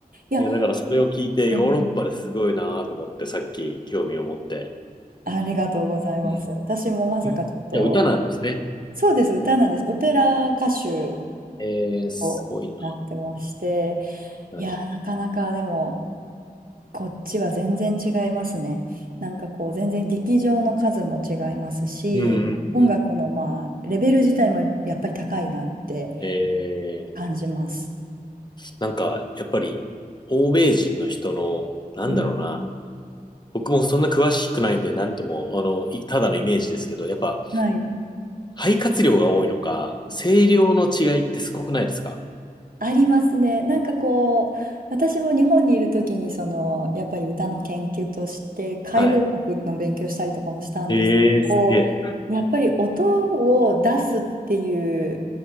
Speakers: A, on the right; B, on the left.
A: や、
B: いや、だからそれを聞いて、
A: 本当に
B: ヨーロッパですごいなと思って、さっき興味を持って。
A: ありがとうございます。
B: うん。
A: 私もまさかちょっと、
B: いや、歌なんですね。
A: そうです、歌なんです。オペラ歌手
B: えー、すごい
A: をなってまして、
B: な。
A: いや、
B: はい
A: なかなかでも、こっちは全然違いますね。なんかこう、全然劇場の数も違いますし、
B: うんうんうん。
A: 音楽のまあ、レベル自体もやっぱり高いなって
B: えー
A: 感じます。
B: なんか、やっぱり、欧米人の人の、なんだろうな、
A: うん、
B: 僕もそんな詳しくないんで、なんとも、あの、いただのイメージですけど、やっぱ、
A: はい。
B: 肺活量が多いのか、声量の違いってすごくないですか
A: ありますね。なんかこう、私も日本にいる時に、その、やっぱり歌の研究として、解剖学の勉強したりとかもしたんですけど、
B: はい。ええすげえ。
A: こうやっぱり音を出すっていう